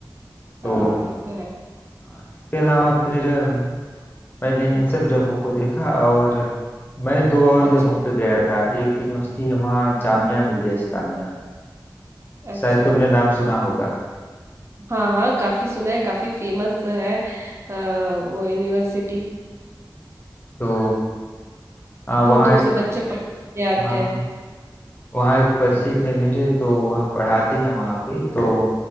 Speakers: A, on the left; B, on the right.
A: तो
B: हाँ ये तो है
A: अ, इसके अलावा फिर अम, मैंने इन सब जगहों को देखा और मैं दो और जगहों
B: अच्छा
A: पे गया था एक यूनिवर्सिटी है वहाँ जामिया मिलिया इस्लामिया
B: अच्छा
A: शायद तुमने नाम सुना होगा
B: हाँ हाँ काफी सुना है काफी फेमस है अ, वो यूनिवर्सिटी
A: तो अ,
B: दूर
A: वहाँ
B: दूर
A: एक
B: से बच्चे पढ़ने के लिए आते
A: हाँ
B: हैं
A: हाँ, वहाँ एक परिचित है मेरे तो वह पढ़ाते हैं वहाँ पे तो